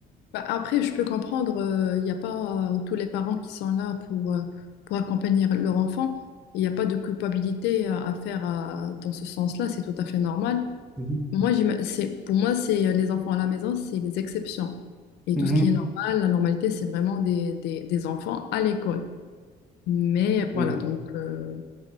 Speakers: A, on the left; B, in the centre.
A: Bah, après, je peux comprendre, il n'y a pas euh, tous les parents qui sont là pour, euh, pour accompagner leur enfant. Il n'y a pas de culpabilité à, à faire euh, dans ce sens-là, c'est tout à fait normal.
B: Mhm.
A: Moi, j'ima- c'est, pour moi, c'est euh, les enfants à la maison, c'est les exceptions. Et
B: Mhm.
A: tout ce qui est normal, la normalité, c'est vraiment des, des, des enfants à l'école. Mais euh, voilà,
B: Oui.
A: donc. euh,